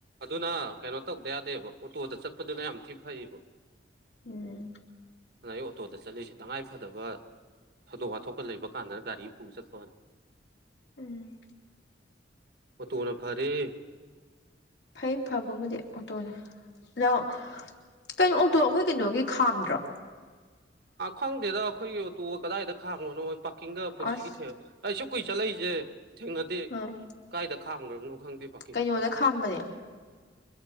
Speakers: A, on the right; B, on the left.
A: ꯑꯗꯨꯅ ꯀꯩꯅꯣ ꯇꯧꯗ ꯌꯥꯗꯦꯕ ꯑꯣꯇꯣꯗ ꯆꯠꯄꯗꯨꯅ ꯌꯥꯝ ꯊꯤ ꯐꯩꯌꯦꯕ
B: ꯎꯝ
A: ꯑꯗꯨꯗ ꯑꯩ ꯑꯣꯇꯣꯗ ꯆꯠꯂꯤꯁꯦ ꯇꯉꯥꯏ ꯐꯗꯕ ꯊꯧꯗꯣꯛ ꯋꯥꯊꯣꯛꯀ ꯂꯩꯕ ꯀꯥꯟꯗꯅ ꯒꯥꯔꯤ ꯄꯨ ꯆꯠꯄꯅꯤ
B: ꯎꯝ
A: ꯑꯣ ꯇꯣꯅ ꯐꯔꯦ
B: ꯐꯩ ꯐꯕꯕꯨꯗꯤ ꯑꯣꯇꯣꯅ ꯂꯣ ꯀꯩꯅꯣ ꯑꯣꯛꯇꯣ ꯑꯩꯈꯣꯏ ꯀꯩꯅꯣꯒꯤ ꯈꯥꯝꯗ꯭ꯔꯣ
A: ꯈꯪꯗꯦꯗ ꯑꯩꯈꯣꯏꯒꯤ ꯑꯣꯇꯣ ꯀꯗꯥꯏꯗ ꯈꯥꯡꯉꯣꯅꯣ ꯄꯥꯔꯀꯤꯡꯒ ꯄꯨꯟꯁꯤꯒꯤ
B: ꯑꯁ
A: ꯊ ꯑꯩꯁꯨ ꯀꯨꯏꯦ ꯆꯠꯂꯛꯏꯁꯦ ꯊꯦꯡꯅꯗ
B: ꯑꯥ
A: ꯀꯥꯏꯗ ꯈꯥꯝꯈ꯭ꯔꯕꯅꯣ ꯈꯪꯗꯦ ꯄꯥꯔꯀꯤꯡ
B: ꯀꯩꯅꯣꯗ ꯈꯥꯝꯕꯅꯦ